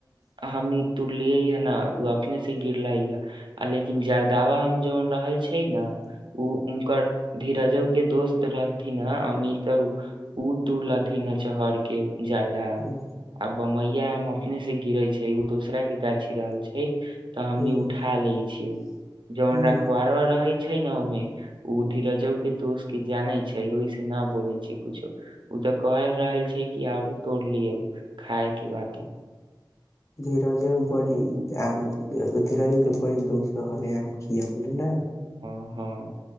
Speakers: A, on the right; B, on the left.
A: हमी तुर लिय है न ओ अपने से गिरला है आ लेकिन जरदा आम जन रहल छै ने ओ उनकर धीरज के दोस्त रहलथिन ह अमीत ओ तड़लथिन ह चहर के झारधाम
B: हम्म
A: ब्मैया हमम <inaudible> अपने से गिरे छै उ दोसरा के गाछी रहल छै तऽ हमनी
B: हम्म
A: उठा ले छियै जौवन
B: हम्म
A: रखवरवा रहै छै न ओहिमे ओ धीरजो के दोस के जानै छै ओहि स न बोलै छै कुछो तऽ कहल रहल छै कि आरो तोड़ लियौ खाय के बातऽ
B: धीरजबो बड़ी आ धीरजबो बड़ी दोस्त रहलै आब किया बलै न
A: हँ हँ